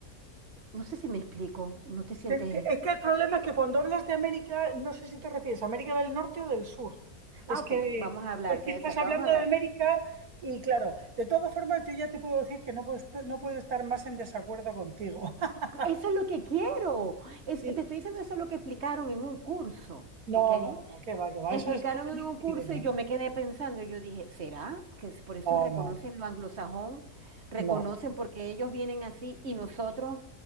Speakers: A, on the right; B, on the right.
A: No sé si me explico, ¿no te sientes
B: Es que, es que el problema es que cuando hablas de América, no sé si te refieres a América del Norte o del Sur. Es
A: Ah, ok,
B: que,
A: vamos a hablarte,
B: es que estás
A: de esa,
B: hablando
A: te vamos a hablar.
B: de América y claro, de todas formas yo ya te puedo decir que no puedo, est- no puedo estar más en desacuerdo contigo. <laughs>
A: Eso es lo que quiero. Es-
B: Sí.
A: te estoy diciendo eso es lo que explicaron en un curso,
B: No,
A: ¿ok?
B: no, no, qué va, qué va.
A: Explicaron
B: Eso es no tener
A: en un curso
B: ni idea.
A: y yo me quedé pensando, y yo dije, ¿será que es por eso
B: No,
A: reconocen
B: no.
A: lo anglosajón? Reconocen
B: No,
A: porque ellos vienen así y nosotros,